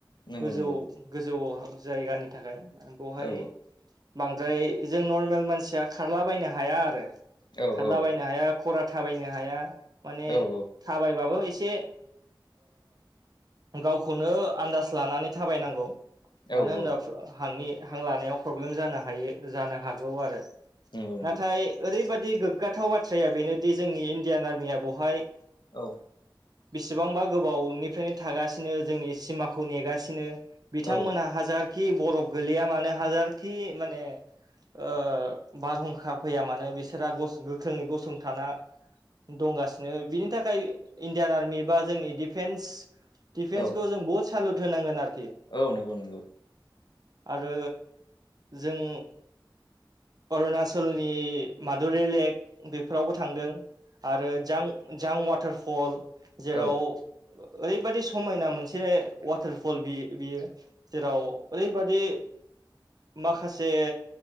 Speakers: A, on the left; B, on the right.
A: नंगौ
B: गोजौ
A: नंगौ
B: गोजौ जायगानि थाखाय बेवहाय
A: औ
B: बांद्राय जों नरमेल मानसिया खारलाबायनो हाया आरो
A: औ
B: खारलाबायनो
A: औ
B: हाया। खरा थाबायनो हाया माने
A: औ
B: थाबायबाबो एसे गावखौनो आन्दाज लानानै थाबायनांगौ
A: औ
B: मानो होनबा
A: औ
B: हांनि हां लानायाव प्रब्लेम जानो हायो जानो हागौ आरो
A: नंगौ नंगौ औ नंगौ
B: नाथाय ओरैबा दि गोग्गाथाव बाथ्राया बेनोदि जोंनि इण्डियान आर्मिया बहाय
A: औ
B: बेसेबांबा गोबावनिफ्रायनो थागासिनो जोंनि सिमाखौ नेगासिनो। बिथांमोनहा
A: औ
B: हाजारखि बरफ गोलैया मानो हाजारखि माने ओ बारहुंखा फैया मानो बिसोरहा गस गोख्रोङै गसंथाना दंगासिनो। बिनि थाखाय इण्डियान आर्मि बा जोंनि डिफेन्स दिफेन्सखौ
A: औ
B: जों बहुत सालुत होनांगोन आरो।
A: औ नंगौ नंगौ।
B: आरो जों अरुणाचलनि मादुरि लेक बेफोरावबो थांदों आरो जां जां वाटारफल जेराव
A: औ
B: ओरैबादि समायना मोनसे वाटारफल बि-बियो जेराव ओरैबादि माखासे